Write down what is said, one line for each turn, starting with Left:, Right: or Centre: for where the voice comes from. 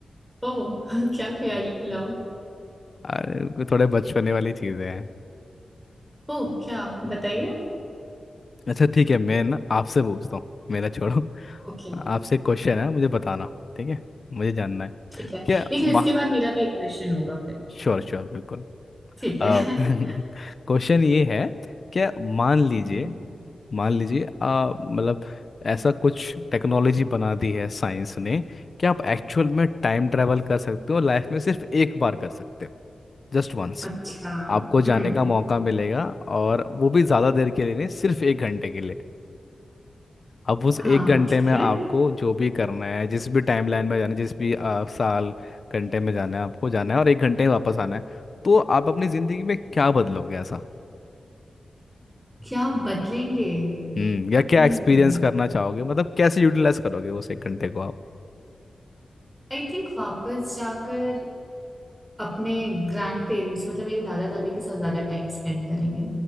Centre: ओह <laughs> क्या ख्याली पुलाव
Left: अरे कोई थोड़े बचपने वाली चीज़ें हैं
Centre: ओह क्या बताइए
Left: अच्छा ठीक है मैं ना आपसे पूछता हूँ मेरा छोड़ो
Centre: ओके
Left: आपसे क्वेश्चन है मुझे बताना ठीक है मुझे जानना है
Centre: ठीक है
Left: क्या
Centre: लेकिन इसके
Left: माँ
Centre: बाद मेरा भी एक क्वेश्चन होगा फिर
Left: श्योर श्योर बिल्कुल
Centre: ठीक है
Left: क्वेश्चन
Centre: <laughs>
Left: <laughs> ये है क्या मान लीजिए
Centre: हम्म
Left: मान लीजिए आ मतलब ऐसा कुछ टेक्नोलॉजी बना दी है साइंस ने कि आप एक्चुअल में टाइम ट्रैवल कर सकते हो लाइफ में सिर्फ एक बार कर सकते हो Just once
Centre: अच्छा
Left: आपको जाने
Centre: हम्म
Left: का मौका मिलेगा और वो भी ज़्यादा देर के लिए नहीं सिर्फ एक घंटे के लिए अब उस
Centre: हाँ
Left: एक घंटे
Centre: ठीक
Left: में
Centre: है
Left: आपको जो भी करना है जिस भी टाइमलाइन में जाना है जिस भी आ, साल घंटे में जाना है आपको जाना है और एक घंटे में वापस आना है तो आप अपनी ज़िंदगी में क्या बदलोगे ऐसा
Centre: क्या बदलेंगे
Left: हम्म या क्या
Centre: हम्म
Left: एक्सपीरियंस करना चाहोगे मतलब कैसे यूटिलाइज करोगे उस एक घंटे को
Centre: आई थिंक वापस जाकर अपने ग्रैंड पेरेंट्स मतलब मेरे दादा दादी के साथ ज्यादा टाइम स्पेंड करेंगे